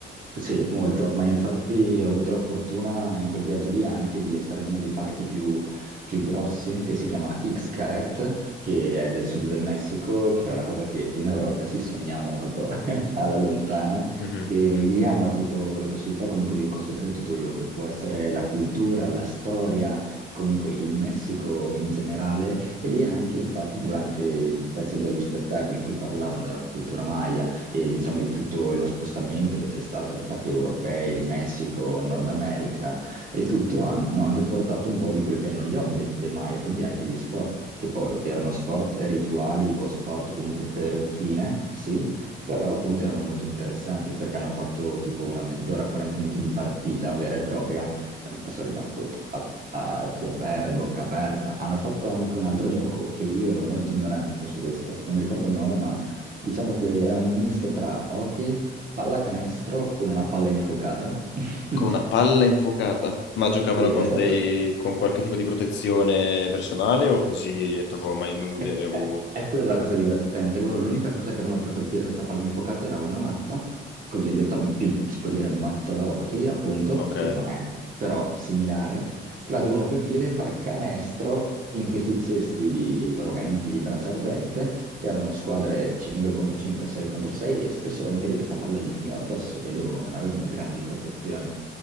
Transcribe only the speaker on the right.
sì, molto, ma infatti ho avuto la fortuna in quel viaggio lì anche di stare in uno dei parchi più, più grossi, che si chiama Xcaret, che è del sud del Messico, che è una cosa che in Europa ci sogniamo proprio <laughs> alla lontana.
E
lì hanno avuto la possibilità comunque di ricostruire tutto quello che può essere la cultura, la storia, comunque il Messico in generale. E lì anche, infatti, durante il pezzo dello spettacolo in cui parlavano della cultura maya, e diciamo di tutto lo spostamento che c'è stato, infatti europei, Messico, Nord America e tutto hanno anche portato un po' di quelli che erano gli hobby dei Maya, quindi anche gli sport, che poi erano sport rituali o sport comunque per un fine, sì, però appunto erano molto interessanti perché hanno fatto tipo una mezz'ora, 40 minuti di partita vera e propria, Eh, sono rimasto a, a occhi aperti, a bocca aperta. Hanno fatto anche un altro gioco che io ero molto ignorante su questo, non mi ricordo il nome, ma Diciamo che è un misto tra hockey, pallacanestro con una palla infuocata. <laughs>
Sì, è
stato,
È,
è- è quella la cosa divertente. Loro l'unica cosa che avevano per colpire questa palla infuocata era una mazza, cosiddetta, più- si può dire mazza da hockey, appunto,
che non è, però similare, che la devono colpire e fare canestro in questi cesti di roventi, di braccia ardente. Erano squadre 5 contro 5, 6 contro 6 e spesso e volentieri questa palla gli finiva addosso e loro non avevano grandi protezioni.